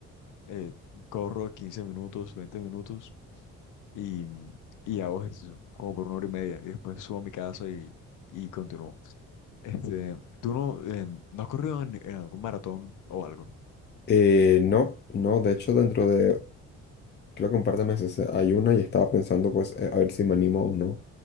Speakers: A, on the left (about 85°); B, on the left (about 35°).
A: eh, corro 15 minutos, 20 minutos y, y hago ejercicio, como por una hora y media, y después subo a mi casa y, y continúo. Este, ¿tú no, eh, no has corrido en, en algún maratón o algo?
B: Eh, no, no, de hecho dentro de, creo que un par de meses eh, hay una y estaba pensando pues eh, a ver si me animo o no